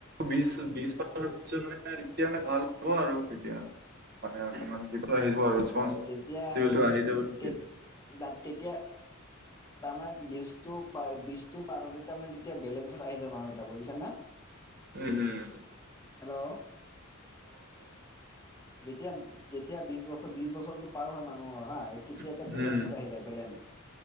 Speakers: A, on the right; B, on the left.
A: বিশ-বিশ <unintelligible> মানে এতিয়াে ভাল হ'ব আৰু তেতিয়া মানে অকমান কিব আহিব আৰু। ৰেচপনচিবিলিটো
B: হয়, তেতিয়া আৰু
A: আহি যাব তেতিয়া।
B: তে। ত তেতিয়া, তাৰমানে বীজটো- বীজটো পাৰ হ'লে তাৰমানে তেতিয়া বেলেঞ্চ। ত আহি যায় মানুহকেটা বুজিছানে।
A: উম হুম।
B: হেল্ল'। যেতিয়া-যেতিয়া বিশ বছৰ-বিশ বছৰতো পাৰ হয় মানুহৰ হা। তেতিয়া
A: উম,
B: এটা বেলেঞ্চত আহি যায় বেলেঞ্চ,